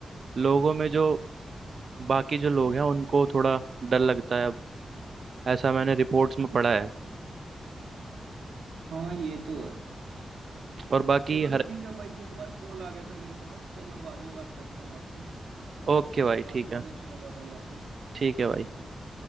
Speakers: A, on the right; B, on the right.
A: लोगों में जो बाकी जो लोग हैं उनको थोड़ा डर लगता है ऐसा मैंने रिपोर्ट्स में पढ़ा है
B: हाँ ये तो है
A: और बाकी
B: चलो ठीक है भाई एक बार कॉल आ गया था मेरे पास तो मैं बाद में बात करता हूँ आपसे
A: ओके भाई
B: बात
A: ठीक
B: करके
A: है
B: अच्छा लगा भाई आपसे
A: ठीक है
B: कर
A: भाई
B: दो